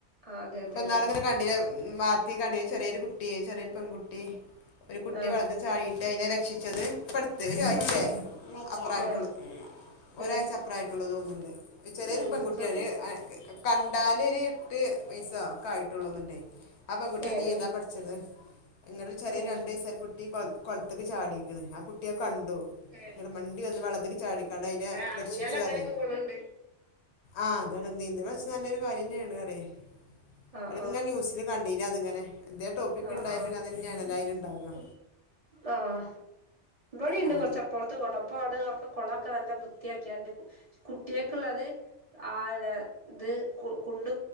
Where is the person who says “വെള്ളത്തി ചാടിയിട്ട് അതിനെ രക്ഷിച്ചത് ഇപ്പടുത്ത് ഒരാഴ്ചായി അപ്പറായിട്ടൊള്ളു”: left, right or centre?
Left